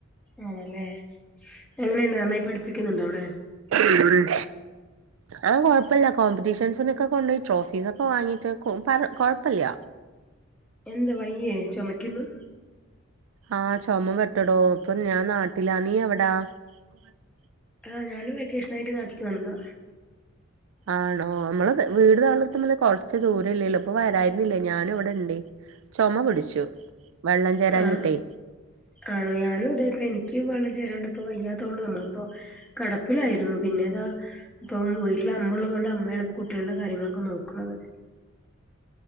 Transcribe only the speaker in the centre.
ആണല്ലേ അങ്ങനെണ്ട് നന്നായി പഠിപ്പിക്കുന്നുണ്ടോ അവിടെ
എന്ത്‌ വയ്യേ ചൊമയ്ക്ക്ന്നു.
ആ ഞാനും വെക്കേഷനായിട്ട് നാട്ടിക്ക് വന്നതാ.
ആ ആണോ. ഞാനും ഇതേ ഇപ്പെനിക്ക് വെള്ളം ചേരാണ്ട് ഇപ്പ വയ്യാത്തോണ്ട് നമ്മൾ ഇപ്പോ കെടപ്പിലായിരുന്നു. പിന്നെ ഇതാ ഇപ്പം വീട്ടിലമ്മള്ളതോണ്ട് അമ്മേണ്. കുട്ട്യേളുടെ കാര്യങ്ങളൊക്കെ നോക്ക്ണത്.